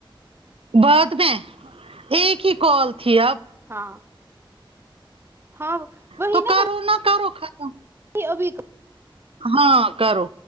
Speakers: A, on the right; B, on the right.
A: بعد میں ایک ہی کال تھی اب
B: ہاں ہاں وہی
A: تو
B: نا
A: کرو نہ کرو ختم
B: ابھی
A: ہاں کرو